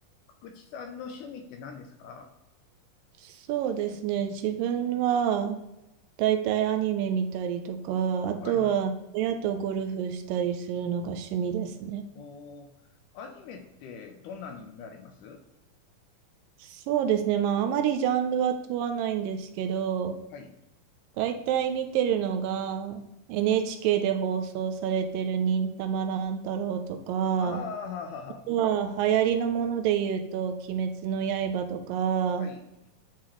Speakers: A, on the left; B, on the right.
A: 福地さんの趣味って何ですか
B: そうですね。自分は、だいたいアニメ見たりとか、あとは親とゴルフしたりするのが趣味ですね。
A: はいはい。おー、アニメってどんなに見られます
B: そうですね。まあ、あまりジャンルは問わないんですけど、
A: はい。
B: だいたい見てるのが、NHK で放送されてる忍たま乱太郎とか、
A: ああ、
B: あ
A: ははは。
B: とは流行りのもので言うと、鬼滅の刃とか、
A: はい。